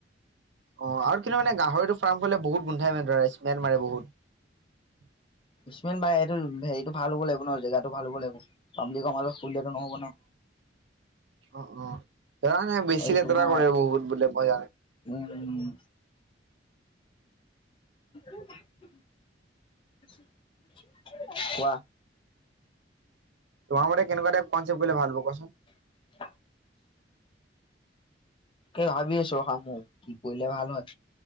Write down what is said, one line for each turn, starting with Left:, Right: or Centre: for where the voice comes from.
Right: অহ, আৰু কিন্তু মানে গাহৰিটো ফাৰ্ম খোলিলে বহুত গোন্ধাই মানে ধৰা স্মেল মাৰে বহুত।
Left: ইছমেল মাৰে এইটো হেৰিটো ভাল হ'ব লাগিব ন'জেগাটো ভাল হ'ব লাগিব যাম বুলি কম আৰু। কলিয়টো নহ'ব ন'।
Right: অহ -অহ তাৰমানে বেছি
Left: এইটো
Right: লেতেৰা
Left: তোমাৰ
Right: কৰে বহুত বোলে বজাৰ।
Left: উম <unintelligible> কোৱা?
Right: তোমাৰমতে কেনেকোৱা টাইপ কনচেপ্ট কৰিলে ভাল হ'ব কোৱা চোন?
Left: <inaudible> তাকেই ভাবি আছো ৰখা মও কি কৰিলে ভাল হয়,